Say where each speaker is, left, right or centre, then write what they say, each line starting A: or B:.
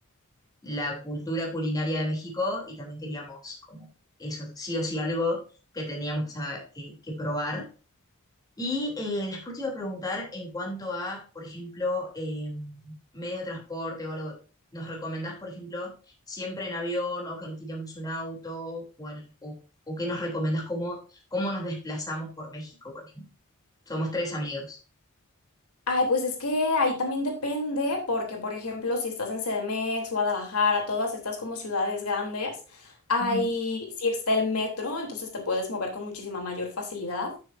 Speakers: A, on the left; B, on the left.
A: la cultura culinaria de México y también queríamos como eso, sí o sí algo que teníamos que, saber- que que probar. Y eh, después te iba a preguntar en cuanto a, por ejemplo, eh, medios de transporte o algo. ¿Nos recomendás, por ejemplo, siempre en avión o que alquilemos un auto? ¿O, al- o, o qué nos recomendás? ¿Cómo, cómo nos desplazamos por México, por ejemplo? Somos tres amigos.
B: Ay, pues es que ahí también depende, porque por ejemplo, si estás en CDMX, Guadalajara, todas estas como ciudades grandes, ahí
A: Ujú,
B: sí está el metro, entonces te puedes mover con muchísima mayor facilidad.